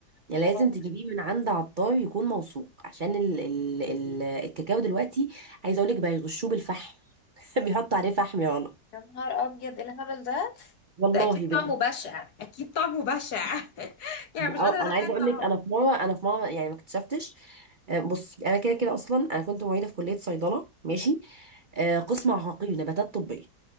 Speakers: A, on the right; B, on the left.
A: يعني
B: اه
A: لازم تجيبيه من عند عطار يكون موثوق عشان ال ال ال الكاكاو دلوقتي عايزة اقولك بقى يغشوه بالفحم <laughs> بيحطوا عليه فحم يا رنا
B: يا نهار ابيض ايه الهبل ده
A: والله
B: ده اكيد
A: بجد
B: طعمه بشع اكيد طعمه بشع <laughs> يعني
A: اه
B: مش قادرة
A: انا
B: اتخيل
A: عايزة اقولك
B: طعمه
A: انا في مرة انا في مرة يعني ما اكتشفتش آه، بصي انا كده كده اصلا انا كنت معيدة في كلية صيدلة ماشي آه، قسم عقاقير نباتات طبية